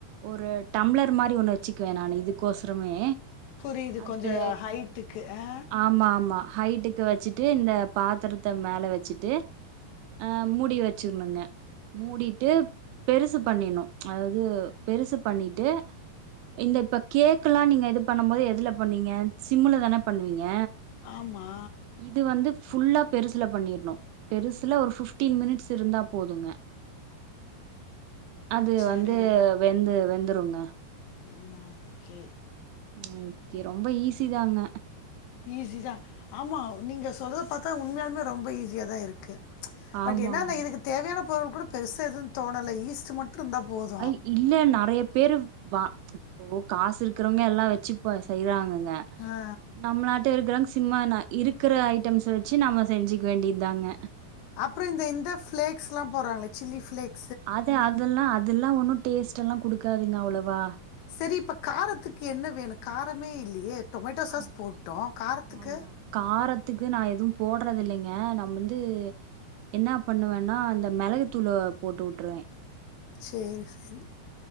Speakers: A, on the right; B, on the left.
A: ஒரு டம்ளர் மாரி ஒன்னு வச்சுக்குவ நானு இதுக்கோசரமே
B: புரியுது
A: அது
B: கொஞ்சம் ஹைட்டுக்கு ஆ
A: ஆமா ஆமா ஹைட்டுக்கு வச்சுட்டு இந்த பாத்தரத்த மேல வச்சுட்டு அ மூடி வச்சிருணுங்க மூடிட்டு பெருசு பண்ணினு அதாவ்து பெருசு பண்ணிட்டு இந்த இப்ப கேக்குலா நீங்க இது பண்ணம் போது எதுல பண்ணுவீங்க சிம்முல தான பண்ணுவீங்க
B: ஆமா
A: இது வந்து ஃபுல்லா பெருசுல பண்ணிர்ணு பெருசுல ஒரு ஃபிஃப்டீன் மினிட்ஸ் இருந்தா போதுங்க அது
B: சரி
A: வந்து வெந்து வெந்துருங்க
B: ம் ஓகே
A: ம் கே ரொம்ப ஈஸி தாங்க
B: ஈஸிதா ஆமா நீங்க சொல்றத பாத்தா உண்மயாலுமே ரொம்ப ஈஸியாதா இருக்கு பட்
A: ஆமாங்க
B: என்னாந்த இதுக்கு தேவையான பொருள் கூட பெருசா எது தோணல ஈஸ்ட் மட்டுருந்தா போது
A: அய் இல்ல நறைய பேரு வா இப்போ காசு இருக்குறவங்க எல்லா வச்சு ப செய்யறாங்கங்க
B: ஆ
A: நம்ளாட்ட இருக்கிறங் திம்மானா இருக்கற ஐட்டம்ஸ் வச்சு நம்ம செஞ்சுக் வேண்டிதாங்க
B: அப்பறோ இந்த இந்த ஃபிளேக்ஸ்ல்லா போட்றாங்களே சில்லி ஃபிளேக்
A: அத அதெல்லா அதெல்லா ஒன்னு டேஸ்ட்டெல்லா குடுக்காதுங்க அவ்ளவா
B: செரி இப்ப காரத்துக்கு என்ன வேணு காரமே இல்லியே டொமேட்டோ சாஸ்
A: அத்
B: போட்டோ காரத்துக்கு
A: ஆமா காரத்துக்கு நா எதும் போட்றதில்லைங்க நம்வந்து என்னா பண்ணுவேன்னா இந்த மெளகு தூள போட்டு வுட்ருவ
B: சேரி சேரி